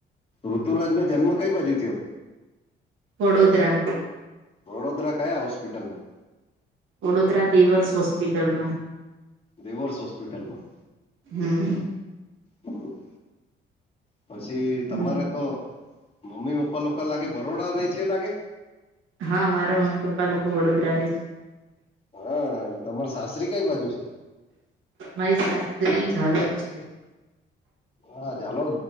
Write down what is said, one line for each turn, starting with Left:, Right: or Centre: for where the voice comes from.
Left: ઋતુરાજ નો જન્મ કઈ બાજુ થયો.
Right: વડોદરા
Left: વડોદરા કયા હોસ્પિટલમા
Right: વડોદરા દેવર્સ હોસ્પિટલમા
Left: દેવર્સ હોસ્પિટલમાં
Right: હમ
Left: હમ. પછી તમારે
Right: હમ
Left: તો મમ્મી પપ્પા લોકો લાગે બરોડા રે છે, લાગે
Right: હા મારા મમ્મી પપ્પા લોકો વડોદરા રહે છે.
Left: હા ને તમાર સાસ્ત્રી કઈ બાજુ છે.
Right: મારી સાસત્રી ચાલો જ છે.
Left: હા ચાલો